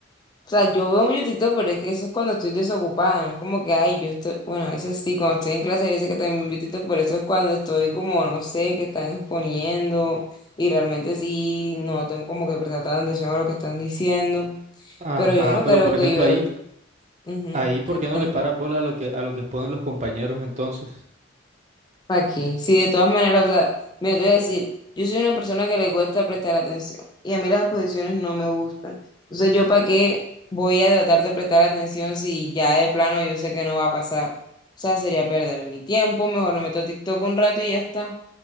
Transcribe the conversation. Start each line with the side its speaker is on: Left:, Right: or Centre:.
Left: o sea, yo veo mucho TikTok, pero es que eso es cuando estoy desocupada, no es como que, ay, yo estoy, bueno, ese sí, cuando estoy en clase, yo sé que también veo TikTok, pero eso es cuando estoy como, no sé, que están exponiendo y realmente sí, no tengo como que prestar tanta atención a lo que están diciendo,
Right: Ajá,
Left: pero yo no
Right: pero
Left: creo
Right: por
Left: que
Right: ejemplo
Left: yo,
Right: ahí,
Left: ujú,
Right: ahí, ¿por
Left: que
Right: qué
Left: tiene.
Right: no le paras bola a lo que, a lo que exponen los compañeros entonces?
Left: ¿Para qué? Si de todas maneras, o sea, me voy a decir, yo soy una persona que le cuesta prestar atención y a mí las exposiciones no me gustan. Entonces, ¿yo para qué voy a tratar de prestar atención si ya de plano yo sé que no va a pasar? O sea, sería perder mi tiempo, mejor me meto a TikTok un rato y ya está.